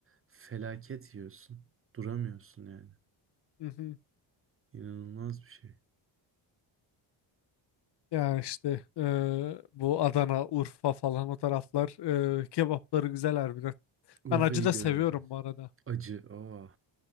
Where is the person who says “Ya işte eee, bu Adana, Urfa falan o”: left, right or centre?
Left